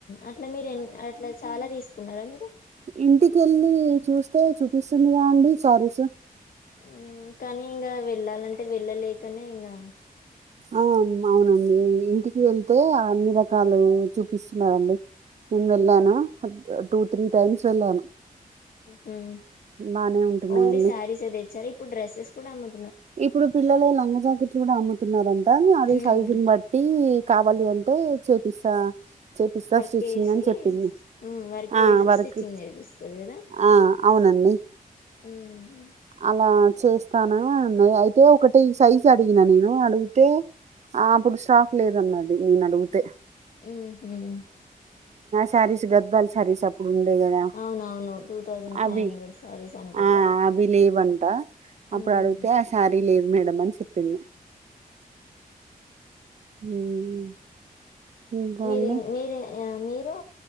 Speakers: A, on the left (about 70°); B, on the right (about 50°).
A: అట్లా మీరు ఎన్ని అట్లా చాలా తీసుకున్నరా మీరు?
B: ఇంటికెళ్ళి చూస్తే చూపిస్తుందిగా అండి సారీస్.
A: హ్ కానీ ఇంగా వెళ్ళాలంటే వెళ్ళలేకనే ఇంగా
B: ఆ అవునండి. ఇంటికి వెళ్తే అన్ని రకాలు చూపిస్తున్నరండి. నేను
A: ఉమ్
B: వెళ్ళానా టూ త్రీ టైమ్స్ వెళ్ళాను.
A: హుహ్
B: బానే ఉంటున్నాయండి
A: ఓన్లీ సారీస్సే తెచ్చారా ఇప్పుడు డ్రెస్సెస్ కూడా అమ్ము
B: ఇప్పుడు పిల్లలయి లంగ జాకెట్లు కూడా అమ్ముతున్నరంటా అది
A: ఉమ్
B: సైజును బట్టీ కా కావాలి అంటే చేపిస్తా. చేపిస్తా
A: వర్క్
B: స్టిచ్చింగ్
A: వేసి
B: అని చెప్పింది.
A: ఉమ్ వర్క్
B: ఆ
A: వేసి
B: వర్క్
A: స్టిచ్చింగ్ చేపిస్తది కదా
B: ఆ అవునం డి
A: ఉమ్
B: అలా చేస్తానా అ న్నది అయితే ఒకటి సైజ్ అడిగిన నేను అడిగితే ఆ అప్పుడు స్టాక్ లేదన్నది నేను అడుగుతే.
A: హుహ్
B: సారీస్ గద్వాల్ సారీస్ అప్ ప్పుడుండే కదా
A: అవునవును టూ థౌజండ్ ఫైవ్
B: అవి
A: హండ్రెడ్ శారీస్ అనుకుంటారు
B: ఆ అవి లేవంటా అప్పుడు
A: ఉమ్
B: అడుగుతే ఆ సారీ లేదు మేడం అని చెప్పింది. ఉమ్, ఇంకా
A: మీరి
B: అండి
A: మీరే మీరు దో